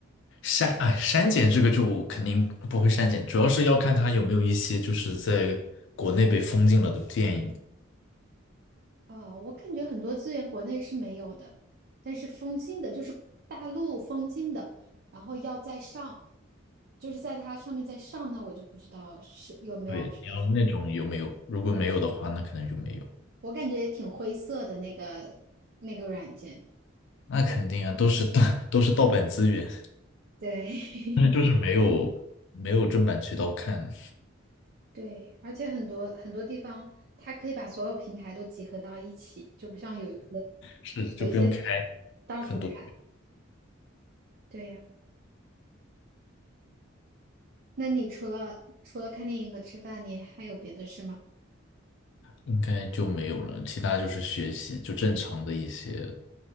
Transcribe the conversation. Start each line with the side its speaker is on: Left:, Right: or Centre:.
Left: 删，哎，删减这个就肯定不会删减，主要是要看它有没有一些就是在国内被封禁了的电影。
Right: 哦，我感觉很多资源国内是没有的，但是封禁的，就是大陆封禁的，然后要再上，就是在它上面再上，那我就不知道是有没有涉及到。
Left: 对，你要那种有没有？如果没有的话，那可能就没有。
Right: 我感觉也挺灰色的那个那个软件，
Left: 那肯定啊，都是盗，<laughs> 都是盗版资源，
Right: 对
Left: 但是就是没有没有正版渠道看，
Right: <laughs> 对，而且很多很多地方它可以把所有平台都集合到一起，就不像有一些
Left: 是就不用开
Right: 有一些到处看。
Left: 很多。
Right: 对呀，那你除了除了看电影和吃饭，你还有别的事吗？
Left: 应该就没有了，其他就是学习，就正常的一些